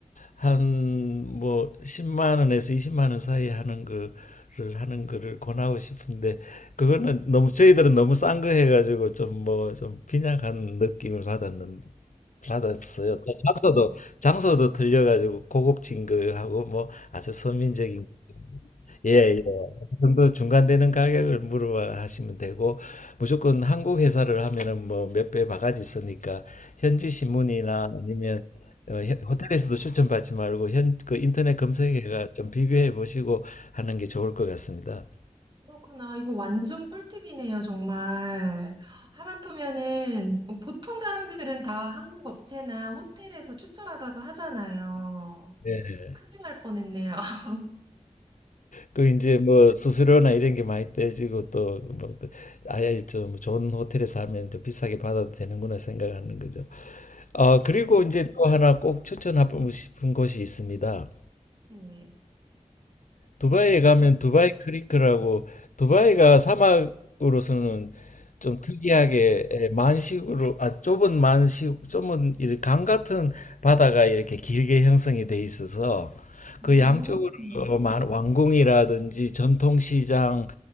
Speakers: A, on the left; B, on the right.
A: 한 뭐 10만 원에서 20만 원 사이 하는 거를 하는 거를 권하고 싶은데 그거는 너무 저희들은 너무 싼 거 해가지고 좀 뭐 좀 빈약한 느낌을 받았는 받았어요. 또 장소도 장소도 틀려가지고 고급진 거하고 뭐 아주 서민적인 예예 그 정도 중간되는 가격을 물어봐 하시면 되고 무조건 한국 회사를 하면은 뭐 몇 배 바가지 있으니까 현지 신문이나 아니면 어, 혀- 호텔에서도 추천받지 말고 현 그 인터넷 검색해가 좀 비교해 보시고 하는 게 좋을 것 같습니다.
B: 그렇구나. 이거 완전 꿀팁이네요, 정말. 하마터면은 뭐 보통 사람들은 다 한국 업체나 호텔에서 추천받아서 하잖아요.
A: 네.
B: 큰일 날 뻔했네요. <laughs>
A: 그 이제 뭐 수수료나 이런 게 많이 떼지고 또뭐 아예 좀 좋은 호텔에서 하면 좀 비싸게 받아도 되는구나 생각하는 거죠. 어, 그리고
B: 네.
A: 이제 또 하나 꼭 추천하고 싶은 곳이 있습니다.
B: 네.
A: 두바이에 가면
B: 또-
A: 두바이 크리크라고 두바이가 사막으로서는 좀 특이하게 에, 만식으로 아 좁은 만식 좁은 이강 같은 바다가 이렇게 길게 형성이 돼 있어서
B: 어,
A: 그 양쪽으로
B: 네.
A: 어, 만- 왕궁이라든지 전통시장